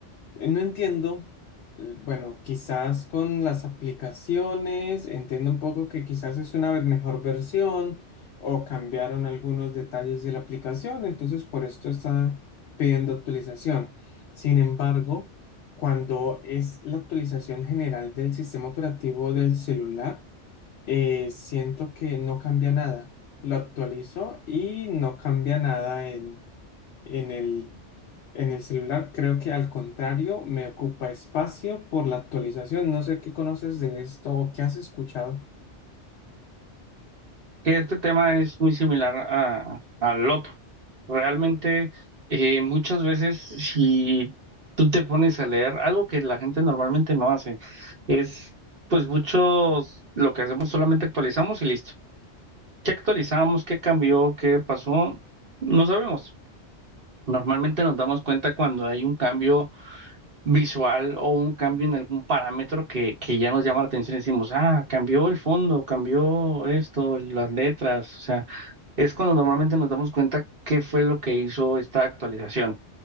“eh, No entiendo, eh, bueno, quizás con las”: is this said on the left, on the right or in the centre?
Left